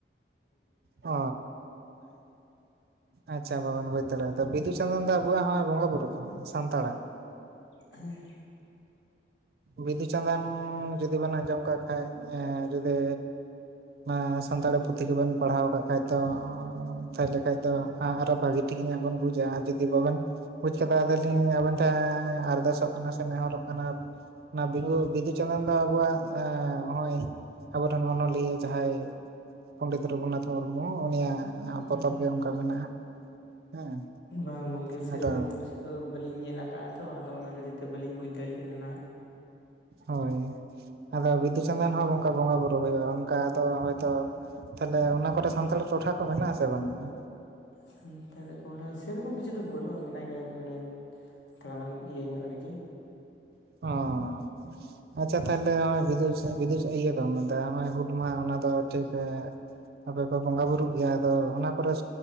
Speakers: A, on the right (about 55°); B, on the left (about 85°).
A: ᱚ ᱟᱪᱪᱷᱟ ᱵᱟᱵᱮᱱ ᱵᱩᱡᱽ ᱫᱟᱲᱮᱭᱟᱫᱟ ᱵᱤᱫᱩ ᱪᱟᱸᱫᱟᱱ ᱫᱚ ᱟᱚᱣᱟᱜ ᱱᱚᱜᱚᱸᱭ ᱵᱚᱸᱜᱟ ᱵᱩᱨᱩ ᱠᱟᱱᱟ ᱥᱟᱱᱛᱟᱲᱟᱜ᱾
B: ᱦᱮᱸ
A: ᱵᱤᱫᱩᱼ ᱪᱟᱸᱫᱟᱱ ᱡᱩᱫᱤ ᱵᱮᱱ ᱟᱸᱡᱚᱢ ᱠᱟᱜ ᱠᱷᱟᱡ ᱡᱩᱫᱤ ᱚᱱᱟ ᱥᱟᱱᱛᱟᱲᱤ ᱯᱩᱛᱷᱤ ᱠᱚᱵᱮᱱ ᱯᱟᱲᱦᱟᱣ ᱠᱟᱜ ᱠᱷᱟᱡ ᱫᱚ ᱛᱟᱦᱞᱮ ᱠᱷᱟᱡ ᱫᱚ ᱦᱟᱸ ᱟᱨᱚ ᱵᱷᱟᱜᱤ ᱴᱷᱤᱠ ᱧᱚᱜ ᱵᱮᱱ ᱵᱩᱡᱟ ᱟᱨ ᱡᱩᱫᱤ ᱵᱟᱵᱮᱱ ᱵᱩᱡᱽ ᱟᱠᱟᱫᱟ ᱟᱫᱚᱞᱤᱧ ᱟᱵᱮᱱ ᱴᱷᱮᱱ ᱟᱨᱫᱟᱥᱚᱜ ᱠᱟᱱᱟ ᱥᱮ ᱱᱮᱦᱚᱨᱚᱜ ᱠᱟᱱᱟ᱾ ᱚᱱᱟ ᱵᱸᱤᱫᱩᱼ ᱪᱟᱸᱫᱟᱱ ᱫᱚ ᱟᱵᱚᱣᱟᱜ ᱱᱚᱜᱼᱚᱭ ᱟᱵᱚᱨᱮᱱ ᱚᱱᱚᱞᱤᱭᱟᱹ ᱡᱟᱦᱟᱸᱭ ᱯᱚᱱᱰᱤᱛ ᱨᱚᱜᱷᱩᱱᱟᱛᱷ ᱢᱩᱨᱢᱩ ᱩᱱᱤᱭᱟᱜ
B: ᱦᱩᱸ
A: ᱯᱚᱛᱚᱵ
B: ᱦᱩᱸ
A: ᱜᱮ ᱚᱱᱠᱟ ᱢᱮᱱᱟᱜᱼᱟ᱾ ᱦᱮᱸ
B: ᱵᱟᱝ ᱜᱚᱝᱠᱮ ᱥᱮᱨᱚᱠᱚᱢ
A: ᱟᱫᱚ
B: ᱠᱤᱪᱷᱩ ᱫᱚ ᱵᱟᱹᱞᱤᱧ ᱧᱮᱞ ᱟᱠᱟᱫᱼᱟ ᱛᱚ ᱟᱫᱚ ᱚᱱᱟ ᱠᱷᱟᱹᱛᱤᱨ ᱛᱮ ᱵᱟᱹᱞᱤᱧ ᱵᱩᱡᱽ ᱫᱟᱲᱮᱭᱟᱜ ᱠᱟᱱᱟ ᱱᱟᱦᱟᱜ᱾
A: ᱦᱳᱭ ᱟᱫᱚ ᱵᱤᱫᱩ ᱪᱟᱸᱫᱟᱱ ᱦᱚᱸ ᱚᱱᱠᱟ ᱵᱚᱸᱜᱟ ᱵᱩᱨᱩ ᱦᱩᱭᱩᱜᱼᱟ, ᱚᱱᱠᱟ ᱟᱫᱚ ᱦᱳᱭ ᱛᱚ ᱛᱟᱦᱞᱮ ᱚᱱᱟ ᱠᱚᱨᱮ ᱥᱟᱱᱛᱟᱲ ᱴᱚᱴᱷᱟ ᱠᱚ ᱢᱮᱱᱟᱜ ᱟᱥᱮ ᱵᱟᱹᱱᱩᱜᱼᱟ?
B: ᱥᱟᱱᱛᱟᱲ ᱠᱚ ᱥᱮᱨᱚᱠᱚᱢ ᱠᱤᱪᱷᱩ ᱫᱚ ᱵᱟᱹᱱᱩᱜᱼᱟ, ᱢᱮᱱᱟᱜ ᱜᱮᱭᱟ ᱠᱚᱱᱮ ᱛᱷᱚᱲᱟ ᱜᱟᱱ ᱤᱭᱟᱹ ᱧᱚᱜ ᱟᱨ ᱠᱤ
A: ᱚ ᱟᱪᱪᱷᱟ ᱛᱟᱦᱚᱞᱮ ᱱᱚᱜᱼᱚᱭ ᱵᱤᱫᱩ ᱵᱤᱫᱩ ᱤᱭᱟᱹ ᱫᱚᱢ ᱢᱮᱱᱟ ᱱᱚᱜᱼᱚᱭ ᱦᱩᱞ ᱢᱟᱦᱟ ᱚᱱᱟ ᱫᱚ ᱴᱷᱤᱠ ᱚ ᱟᱫᱚ, ᱟᱯᱮ ᱵᱚᱸᱜᱟ ᱵᱩᱨᱩᱜ ᱜᱮᱭᱟ ᱟᱫᱚ ᱚᱱᱟ ᱠᱚᱨᱮᱩᱨ